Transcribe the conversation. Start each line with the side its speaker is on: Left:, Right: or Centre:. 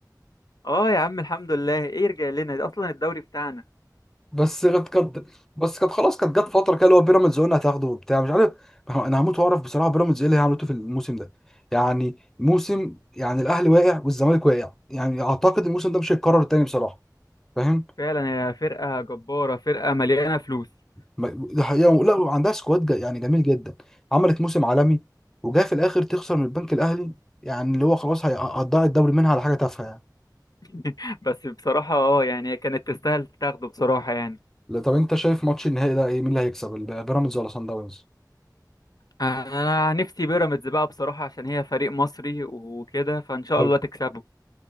Left: اه يا عم الحمد لله ايه يرجع لنا ده اصلا الدوري بتاعنا
Centre: بس كانت كانت بس كانت خلاص كانت جت فتره كده اللي هو بيراميدز قلنا هتاخده وبتاع مش عارف انا هموت واعرف بصراحه بيراميدز ايه اللي هي عملته في الموسم ده يعني موسم يعني الاهلي واقع والزمالك واقع يعني اعتقد الموسم ده مش هيتكرر تاني بصراحه فاهم
Left: فعلا يا فرقة جبارة فرقة مليانة فلوس
Centre: ما- ده حقيقة لا وعندها سكواد جا- يعني جميل جدا عملت موسم عالمي وجايه في الاخر تخسر من البنك الاهلي يعني اللي هو خلاص هي- هتضيع الدوري منها على حاجه تافهه يعني
Left: <laughs> بس بصراحة اه يعني هي كانت تستاهل تاخده بصراحة يعني
Centre: لا، طب انت شايف ماتش النهائي ده ايه مين اللي هيكسب ال- بيراميدز ولا صن داونز
Left: انا نفسي بيراميدز بقى بصراحة عشان هي فريق مصري وكده فان شاء
Centre: طيب
Left: الله تكسبه